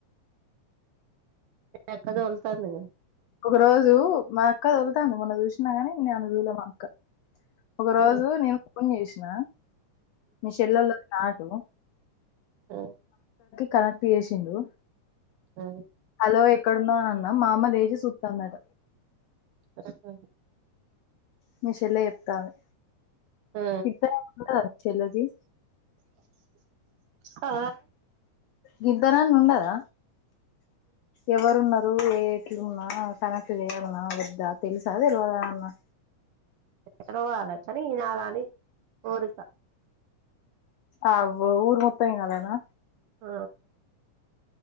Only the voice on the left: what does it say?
ఒక రోజు మా అక్క తోల్తాంది మొన్న చూసినా గాని నన్ను చుళ్ళే మా అక్క ఒక రోజు
నేను ఫోన్ చేసిన మీ చెల్లొల్లు రా అటు
కనెక్ట్ చేసిండు
హలో ఎక్కడున్నావ్ అని అన్న మా అమ్మ లేసి చూస్తాందట
మీ చెల్లె చెప్తంది
కట్ట ఉన్నద మీ చెల్లేదీ
గిద్దరాని ఉండదా ఎవరున్నారు ఏ కనెక్ట్ చేయాల్న వద్దా తెలుసా తెల్వద ఏమన్నా
అవ్వో ఊరు మొత్తం ఇనాలనా